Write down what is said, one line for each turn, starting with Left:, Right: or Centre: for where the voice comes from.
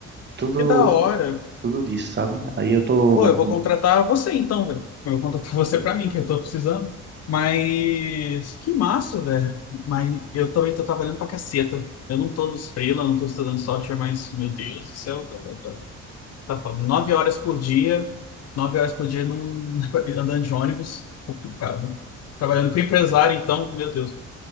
Right: Tudo,
Left: Que da hora.
Right: tudo disso, sabe? Aí eu tô,
Left: Pô, eu vou contratar você então, velho. Eu vou contratar <laughs> você pra mim, que eu tô precisando. Mas que massa, velho. Mas eu também tô trabalhando pra caceta. Eu não tô nos freela, não tô estudando software, mas meu Deus do céu, tô, tô, Tá foda. Nove horas por dia, nove horas por dia num, <laughs> andando de ônibus, complicado. Trabalhando com empresário, então, meu Deus.